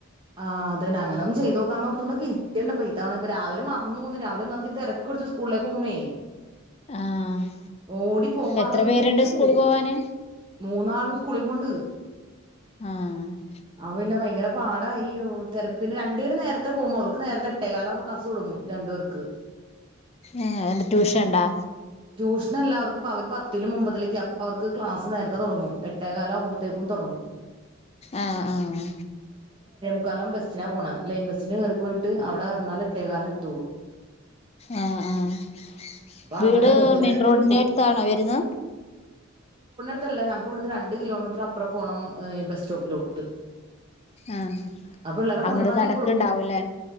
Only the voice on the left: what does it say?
ആഹ്
എത്ര
പേരുണ്ട്
സ്കൂള്
പോവാന്
ആഹാ..
ഏഹ് എന്ത് ട്യൂഷൻ ഇണ്ടോ?
ആഹ് ആഹ്...
ആഹ് ആഹ്. വീട്
മെയിൻറോഡിന്റെ-
എടുത്താണോ വരുന്ന്.
ആഹ്
അങ്ങട് നടക്ക്ണ്ടാവൂല്ലേ